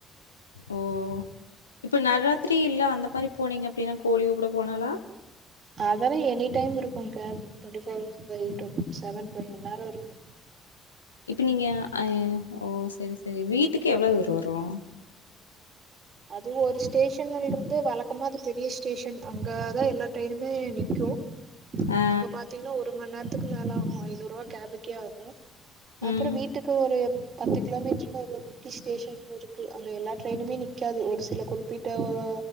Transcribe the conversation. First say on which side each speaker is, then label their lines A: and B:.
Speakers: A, on the left; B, on the right.
A: ஓ இப்ப நவராத்திரி இல்ல அந்த மாரி போனீங்க அப்டின்னா கோழியூ கூட போனாளா
B: அதெல்லா எனி டைம் இருக்கு gap twenty four by seven by என்னாரு இருக்கு
A: இப்ப நீங்க அஹ் ஓ சரி சரி வீட்டுக்கு எவ்வள தூரொ வரு
B: அதுவு ஒரு ஸ்டேஷன் இருந்து வழக்கமா அது பெரிய ஸ்டேஷன் அங்கதா எல்லா ட்ரெயினுமே நிக்கும்
A: ஆ
B: அங்க பாத்தீங்கன்னா ஒரு ஒரு மண் நேரத்துக்கு மேல ஆகு ஐநூறு ரூபா கேபுக்கே ஆகு அப்புறம்
A: ம்
B: வீட்டுக்கு ஒரு பத்து கிலோமீட்டர்ல ஒரு குட்டி ஸ்டேஷன் இருக்கு அங்க எல்லா ட்ரெயினுமே நிக் நிக்காது ஒரு சில குறிப்பிட்ட ஒரு